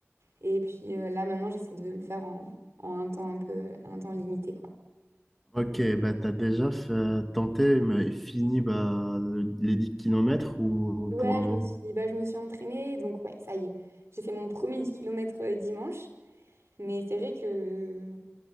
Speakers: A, on the right; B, in the centre.
A: Et puis euh, là, maintenant, j'essaie de le faire en, en un temps un peu, euh, un temps limité, quoi.
B: Ok, bah t'as déjà fait- tenté, mais fini bah, le- les 10 kilomètres ou
A: Ouais,
B: pour le moment,
A: je me suis, bah, je me suis entraînée, donc ouais, ça y est. J'ai fait mon premier 10 km dimanche, mais c'est vrai que